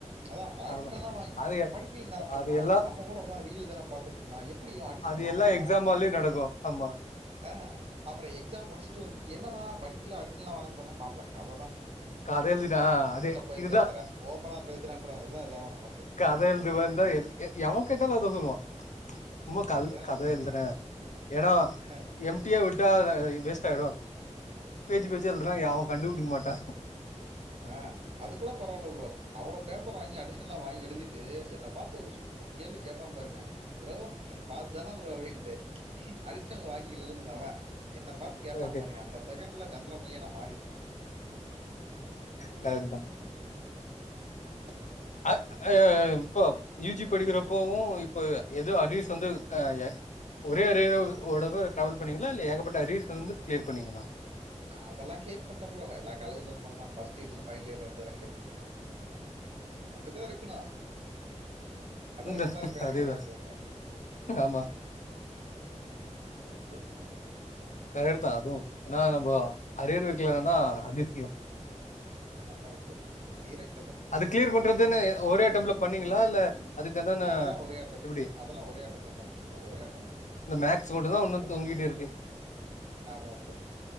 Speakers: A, on the right; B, on the left.
A: அதான் அடிஷ்னல்
B: ஆமா
A: வாங்கி
B: அது
A: படிக்கலனு தான சொன்னா
B: அது எல்லா
A: நம்ம கூட உட்கார்ந்து ரீல் தான ப <unintelligible> எப்புடி இவன் அடிஷ்னல்
B: அது
A: வாங்கறான்
B: எல்லா எக்ஸாம் ஹால்லயு நடக்கு ஆமா
A: ஹ அப்புறம் எக்ஸாம் முடிச்சுட்டு வந்து என்னடா டா படிக்கல அடிஷ்னல்லா வாங்குனன்னு சொன்னா மாப்ள கத
B: கத எழுதுடா அது
A: போய்
B: இதுதான்
A: பேசுற ஓப்பனா பேசுறேன்ற மாதிரி தான் இதாகும் நமக்கு
B: கத எழுதுவந்தான் எவன் கேட்டாலும் அததான் சொல்லுவான். சும்மா
A: கதை
B: கல்
A: தான்
B: கத
A: எழுதுறேன்றான்
B: எழுதுனே. ஏன்னா
A: ஆ,
B: எம்டியா விட்டா அ வேஸ்ட் ஆய்ரும் பேச்சு பேச்சு எழுதுனா எவ கண்டுபிடிக்கமாட்டா.
A: ஆஹ் அது கூட பரவால்ல ப்ரோ அவ்ளோ பேப்பர வாங்கி அடிஷ்னலா வாங்கி எழுதிட்டு என்ன பாத்து ஒரு சூப்பர் கேள்வி கேப்பான் பாருங்க ப்ரோ நீங்க பாசு தான ப்ரோ ரோ அப்டின்ட்டு அடிஷ்னல் வாங்கி எழுதுனது அவன் என்ன பாத்து கேப்பா
B: ஓகே
A: பாருங்க அந்த செகண்ட்ல சந்திர முகியா நா மாறிட்டேன்.
B: கரெக்ட் தான்.
A: உம்.
B: அ அ இப்போ யூ ஜி படிக்கிறப்போவு இப்ப எதோ அரியர்ஸ் வந்து ஆஹ் எ ஒரே அரியரோ ஒரு தடவ டிராவல் பண்ணீங்ளா இல்ல ஏகப்பட்ட அரியர்ஸ்ல இருந்து கிளியர் பண்ணீங்ளா
A: அதெல்லா கிளியர் பண்டே ப்ரோ எல்லா காலேஜ்லியு சொன்ன மாரிதா பர்ஸ்ட் இயர்லியு பைனல் இயர்லியு வச்சதெல்லாம் கிளியர் பண்ணிட்டே அப்டித்தா இருக்கணு அதா
B: இந்த
A: இளந்தாரி பையனுக்கழகு
B: அதேதா
A: எப்பவும்மே
B: ஆமா
A: அய்யோ ஆஹ்
B: கரெட்தா அதுவு நா நம்போ அரியர் வக்லனாதா அதிசியோ
A: ஆமா ப்ரோ அரியர் வக்
B: அது கிளியர் பண்றதுன்னு ஒரே அட்டம்ட்ல பண்ணீங்களா இல்ல அதுக்கு எதான
A: அதெல்லா ஒரே அட்டம்ட்
B: எப்டி
A: அதெல்லா ஒரே அட்டம்ட்ல பண்ட ப்ரோ ஒரே அட்டெம்ட் ப்ரோ
B: இந்த மேக்ஸ் மட்டுந்தா உன்னு
A: அதெல்லா
B: தொங்கிட்டு இருக்கு
A: ஆமா ப்ரோ